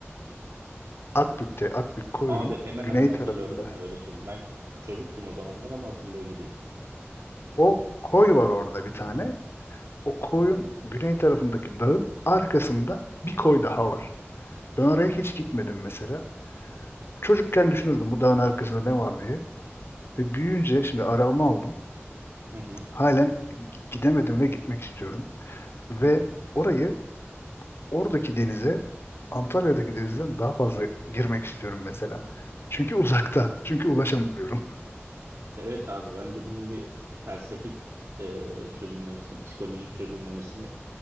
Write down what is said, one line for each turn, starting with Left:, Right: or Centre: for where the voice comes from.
Left: Akbük'te Akbük koyunun
Right: Abi hemen
Left: güney
Right: hemen hatırlıyorum
Left: tarafında.
Right: ya öyle söyleyeyim. Ben çocuktum o zamanlar ama hatırlıyor gibiyim.
Left: O koy var orada bir tane. O koyun güney tarafındaki dağın arkasında bir koy daha var. Ben oraya hiç gitmedim mesela. Çocukken düşünürdüm bu dağın arkasında ne var diye. Ve büyüyünce şimdi arabamı aldım.
Right: Hı hı.
Left: Halen gidemedim ve gitmek istiyorum. Ve orayı oradaki denize Antalya'daki denizden daha fazla girmek istiyorum mesela. Çünkü uzakta. Çünkü ulaşamıyorum.
Right: Evet abi bence bunun bir felsefik e, çözümlemesini, psikolojik çözümlemesini